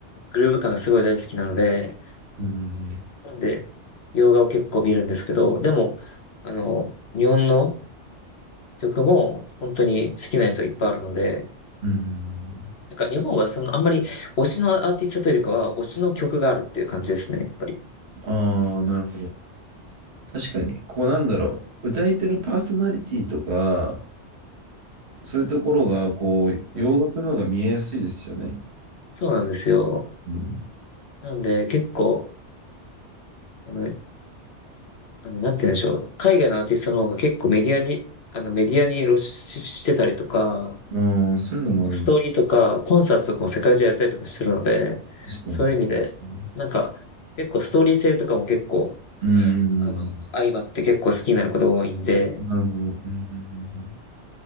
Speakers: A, on the left; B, on the right.
A: グルーヴ感がすごい大好きなので、
B: うん。
A: なんで、洋画を結構見るんですけど、でも、あの、日本の曲も本当に好きなやつはいっぱいあるので、
B: うん。
A: なんか日本はそのあんまり推しのアーティストというよりかは推しの曲があるっていう感じですね、やっぱり。
B: ああ、なるほど。確かに、こうなんだろう、歌い手のパーソナリティとか、そういうところが、こう、
A: はい。
B: 洋楽の方が見えやすいですよね。
A: そうなんですよ。
B: うん。
A: なんで結構、あの、あの、なんて言うんでしょう。海外のアーティストの方が結構メディアに、あの、メディアに露出してたりとか、
B: うん。ああ、そういうのもある。
A: 結構ストーリーとか、コンサートとかも世界中やったりとかしてるので、
B: 確かに。
A: そういう意味で、
B: そうですね
A: なんか、結構ストーリー性とかも結構、
B: うん。
A: あの、
B: うん
A: 相まって結構好きになることが多いんで、
B: なるほど。うん。